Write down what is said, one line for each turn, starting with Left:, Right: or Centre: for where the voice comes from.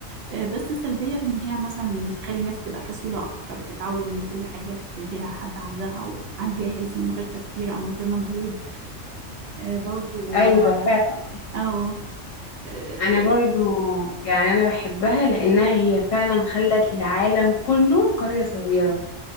Right: آه، بس السلبيه في ان هي مثلا تخلي الناس تبقى كسوله اكتر بتعود ان كل حاجه تجيلها لحد عندها وعلى الجاهز من غير تفكير او من غير مجهود آه، برضو
Left: ايوه
Right: آه،
Left: فعلا
Right: أو آه،
Left: انا برضو يعني انا بحبها لانها هي فعلا خلت العالم كله قرية صغيرة